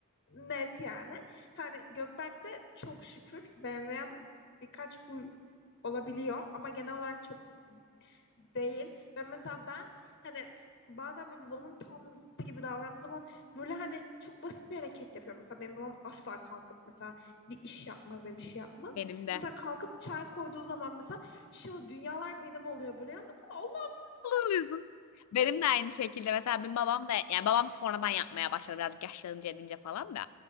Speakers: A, on the left (about 50°); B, on the left (about 80°).
A: net yani. Hani Gökberk'te çok şükür benzeyen birkaç huy olabiliyor ama genel olarak çok değil. Ve mesela ben hani bazen böyle babamın tam zıttı gibi davrandığı zaman böyle hani çok basit bir hareket yapıyorum. Mesela benim babam asla kalkıp mesela bir iş yapmaz ya bir şey yapmaz.
B: benim de.
A: Mesela kalkıp çay koyduğu zaman mesela şu dünyalar benim oluyor böyle. Yani, Allah.
B: alıyorsun. Benim de aynı şekilde mesela benim babam da yani babam sonradan yapmaya başladı birazcık yaşlanınca edince falan da.